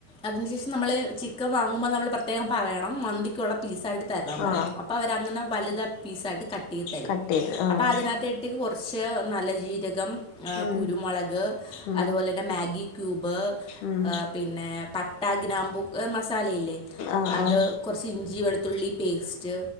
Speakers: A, in the centre; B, on the left (about 75°).
A: അതിന് ശേഷം നമ്മള് ചിക്കൻ വാങ്ങുമ്പ നമ്മള് പ്രത്യേകം പറയണം മന്തിക്കുള്ള പീസായ്ട് തരണം പറയണം
B: ആഹ്
A: അപ്പൊ അവരങ്ങനെ വല്ത പീസായിട്ട് കട്ടെയ്ത് തെരും
B: കട്ട് ചെയ്ത് ആഹ്
A: അപ്പൊ അതിനകത്തേട്ത്തേക് കൊർ ച്ച് നല്ല ജീരകം ഏ
B: ഉം
A: കുരുമാെളക്
B: ഉം
A: അത്പോലെന്നെ മാഗി ക്യൂബ്
B: ഉം
A: ഏ പിന്നെ പട്ട ഗ്രാമ്പുക്ക് മസ സാലയില്ലെ
B: ആഹ്
A: അത്
B: ആഹ്
A: കൊർച്ച് ഇഞ്ചി വെൾത്തുള്ളി പേസ്റ്റ്